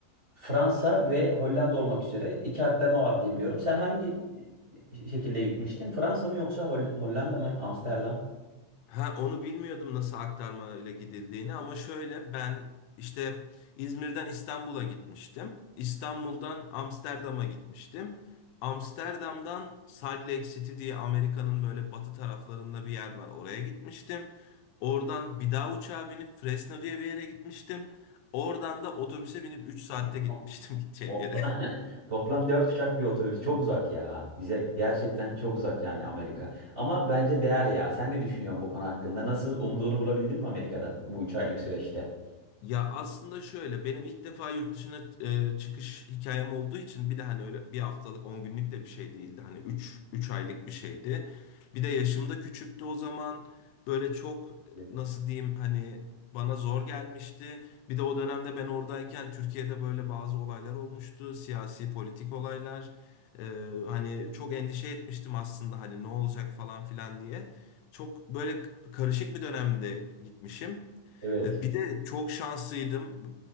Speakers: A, on the right; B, on the left.
A: Fransa ve Hollanda olmak üzere iki aktarma var diye biliyorum. Sen hangi e, şekilde gitmiştin? Fransa mı yoksa Hol- Hollanda mı? Amsterdam?
B: Ha onu bilmiyordum nasıl aktarma ile gidildiğini ama şöyle ben işte İzmir'den İstanbul'a gitmiştim. İstanbul'dan Amsterdam'a gitmiştim. Amsterdam'dan Salt Lake City diye Amerika'nın böyle batı taraflarında bir yer var. Oraya gitmiştim. Oradan bir daha uçağa binip Fresno diye bir yere gitmiştim. Oradan da otobüse binip 3 saatte
A: <laughs>
B: gitmiştim <laughs> gideceğim
A: Topla-
B: yere.
A: <laughs> Toplam 4 uçak bir otobüs. Çok uzak ya. Bize gerçekten çok uzak yani Amerika. Ama bence değer ya. Sen ne düşünüyorsun bu konu hakkında? Nasıl? Umduğunu bulabildin mi Amerika'da bu 3 aylık süreçte?
B: Ya aslında şöyle benim ilk defa yurt dışına e, çıkış hikayem olduğu için bir de hani öyle bir haftalık 10 günlük de bir şey değildi. Hani üç üç aylık bir şeydi. Bir de yaşım da küçüktü o zaman. Böyle çok
A: Evet.
B: nasıl diyeyim hani bana zor gelmişti. Bir de o dönemde ben oradayken Türkiye'de böyle bazı olaylar olmuştu. Siyasi politik olaylar. E, hani çok endişe etmiştim aslında hani ne olacak falan filan diye. Çok böyle karışık bir dönemde gitmişim.
A: Evet.
B: E, Bir de çok şanslıydım.